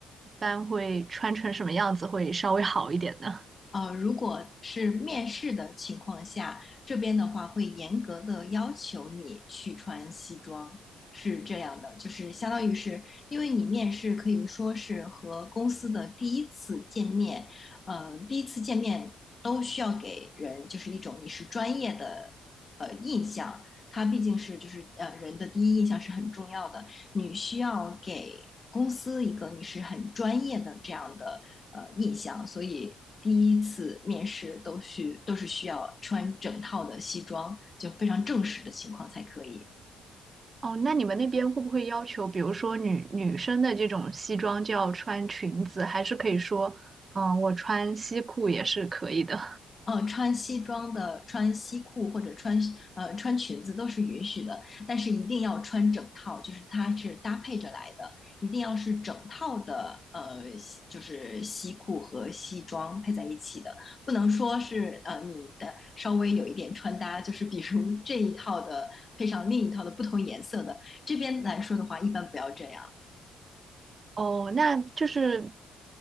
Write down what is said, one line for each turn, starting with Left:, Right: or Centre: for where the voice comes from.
Right: 般会穿成什么样子会稍微好一点呢？
Left: 呃，如果是面试的情况下，这边的话会严格的要求你去穿西装，是这样的，就是相当于是因为你面试可以说是和公司的第一次见面，呃，第一次见面都需要给人就是一种你是专业的呃印象，它毕竟是就是呃人的第一印象是很重要的，你需要给公司一个你是很专业的这样的呃印象，所以第一次面试都需都是需要穿整套的西装，就非常正式的情况才可以。
Right: 哦，那你们那边会不会要求，比如说女女生的这种西装就要穿裙子，还是可以说，嗯，我穿西裤也是可以的？
Left: 呃，穿西装的、穿西裤或者穿呃穿裙子都是允许的，但是一定要穿整套，就是它是搭配着来的，一定要是整套的，呃，就是西裤和西装配在一起的，不能说是呃你的稍微有一点穿搭，就是比如 <laughs> 这一套的配上另一套的不同颜色的，这边来说的话，一般不要这样。
Right: <laughs> 哦，那就是